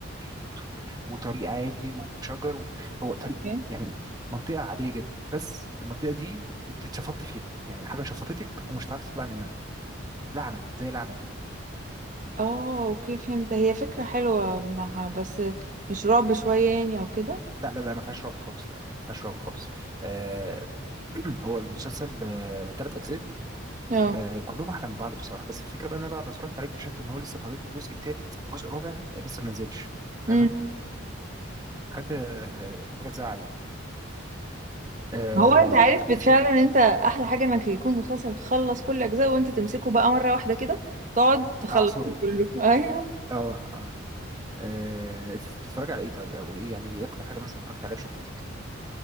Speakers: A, on the right (about 20°); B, on the right (about 40°).
A: و- وطريق عادي وشجر و- هو طريق
B: اوكي
A: يعني منطقه عاديه جدا بس المنطقه دي انت اتشفطت فيها يعني حاجه شفطتك ومش عارفه تطلعي منها لعنه زي لعنه كده
B: اه اوكي فهمت هي فكرة حلوة معها بس مش رعب شوية يعني او كده
A: لا لا لا ما فيهاش رعب خالص لا ما فيهاش رعب خالص آه <clears throat> هو المسلسل آه ثلاث اجزاء
B: اه
A: آه كلهم احلى من بعض بصراحه بس الفكره بقى إن انا بعد ما اتفرجت عليه اكتشفت ان هو لسه فاضل له جزء ثالث جزء رابع لسه ما نزلش فاهمة؟
B: امم
A: حاجة حاجة تزعل يعني آه
B: هو انت عارف
A: في
B: بت- فعلا ان انت احلى حاجة انك يكون مسلسل تخلص كل اجزاء وانت تمسكه بقى مرة واحدة كده تقعد تخلص
A: أعصر
B: كله <laughs> ايوه
A: اه اه آه، انت بتتفرج على ايه طيب او ايه يعني ايه اكتر حاجه مثلا اتفرجت عليها وشدتك